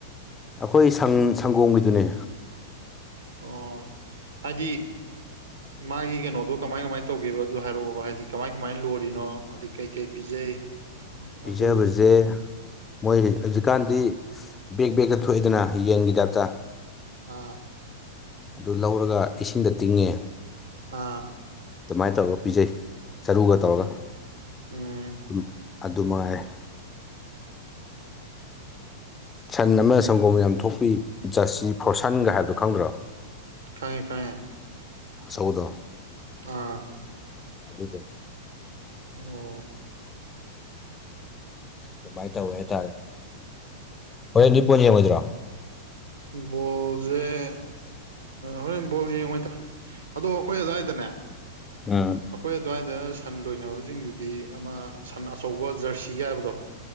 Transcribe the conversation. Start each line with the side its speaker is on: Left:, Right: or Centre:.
Left: ꯑꯈꯣꯏ ꯁꯟ ꯁꯪꯒꯣꯝꯒꯤꯗꯨꯅꯦ꯫
Right: ꯑꯣ ꯍꯥꯏꯗꯤ꯫ ꯃꯥꯒꯤ ꯀꯩꯅꯣꯗꯣ ꯀꯃꯥꯏ ꯀꯃꯥꯏꯅ ꯇꯧꯒꯦꯕ ꯑꯗꯨ ꯍꯥꯏꯔꯛꯑꯣꯕ ꯍꯥꯏꯗꯤ ꯀꯃꯥꯏ ꯀꯃꯥꯏꯅ ꯂꯣꯔꯤꯅꯣ ꯑꯗꯩ ꯀꯩ ꯀꯩ ꯄꯤꯖꯩ꯫
Left: ꯄꯤꯖꯕꯖꯦ
Right: ꯑꯗꯨ
Left: ꯃꯣꯏ ꯍꯧꯖꯤꯛꯀꯥꯟꯗꯤ ꯕꯦꯛ ꯕꯦꯛꯇ ꯊꯣꯛꯑꯦꯗꯅ ꯌꯦꯟꯒꯤ ꯇꯥꯏꯄꯇ꯫
Right: ꯑꯥ꯫
Left: ꯑꯗꯨ ꯂꯧꯔꯒ ꯏꯁꯤꯡꯗ ꯇꯤꯡꯉꯦ꯫
Right: ꯑꯥ
Left: ꯑꯗꯨꯃꯥꯏꯅ ꯇꯧꯔꯒ ꯄꯤꯖꯩ ꯆꯔꯨꯒ ꯇꯧꯔꯒ
Right: ꯎꯝ ꯎꯝ
Left: ꯑꯗꯨꯝ ꯑꯗꯨꯃꯉꯥꯏꯔ‌ꯦ꯫ ꯁꯟ ꯑꯃ ꯁꯪꯒꯣꯝ ꯌꯥꯝ ꯊꯣꯛꯄꯤ ꯖꯔꯁꯤ ꯐꯣꯔꯁꯟꯒ ꯍꯥꯏꯕꯗꯣ ꯈꯪꯗ꯭ꯔꯣ꯫
Right: ꯈꯪꯉꯦ ꯈꯪꯉꯦ꯫
Left: ꯑꯆꯧꯕꯗꫭ꯫
Right: ꯑꯥ꯫
Left: ꯑꯗꯨꯗꯨ꯫
Right: ꯑꯣ꯫
Left: ꯑꯗꯨꯃꯥꯏꯅ ꯇꯧꯋꯦ ꯍꯥꯏꯇꯥꯔꯦ ꯍꯣꯔꯦꯟꯗꯤ ꯕꫭꯜ ꯌꯦꯡꯉꯣꯏꯗ꯭ꯔꯣ꯫
Right: ꯕꯣꯜꯖ‌ꯦ꯫ ꯍꯣꯔꯦꯟ ꯕꯣꯜ ꯌꯦꯡꯉꯣꯏꯗ ꯑꯗꯣ ꯑꯩꯈꯣꯏ ꯑꯗꯥꯏꯗꯅꯦ꯫
Left: ꯑ
Right: ꯑꯩꯈꯣꯏ ꯑꯗꯨꯋꯥꯏꯗ꯫ ꯁꯟ ꯂꯣꯏꯅꯕꯁꯤꯡꯗꯨꯗꯤ ꯑꯃ ꯁꯟ ꯑꯆꯧꯕ ꯖꯔꯁꯤꯒ ꯍꯥꯏꯕꯗꯣ꯫